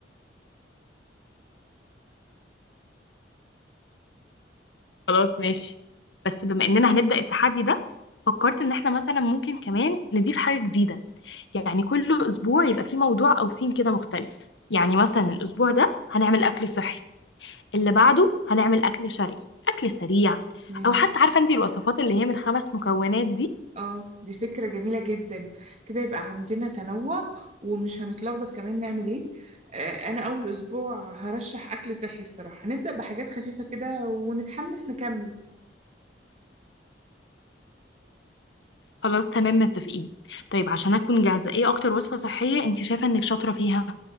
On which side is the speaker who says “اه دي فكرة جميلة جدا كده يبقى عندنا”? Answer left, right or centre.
Right